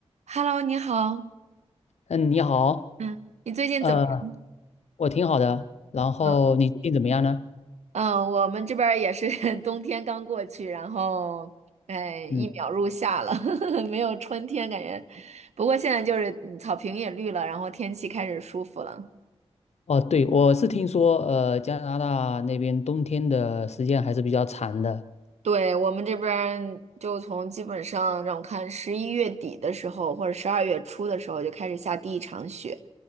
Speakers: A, on the right; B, on the left.
A: Hello，你好，
B: 嗯，你好，
A: 嗯你最近怎么样？
B: 呃，我挺好的。然后你最近怎么样呢？
A: 嗯，嗯我们这边儿也是 <laughs> 冬天刚过去，然后，哎，一秒入夏了，
B: 嗯，
A: <laughs> 没有春天感觉。不过现在就是嗯草坪也绿了，然后天气开始舒服了。
B: 哦，对，我是听说，呃，加拿大那边冬天的时间还是比较长的。
A: 对，我们这边儿就从基本上让我看十一月底的时候，或者十二月初的时候就开始下第一场雪，